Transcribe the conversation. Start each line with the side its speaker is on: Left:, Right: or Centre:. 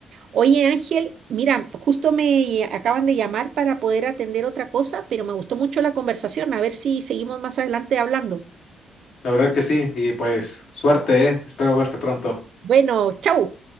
Right: Oye, Ángel, mira, justo me acaban de llamar para poder atender otra cosa, pero me gustó mucho la conversación. A ver si seguimos más adelante hablando.
Left: la verdad que sí. Y pues, suerte, ¿eh? Espero verte pronto.
Right: Bueno, chau.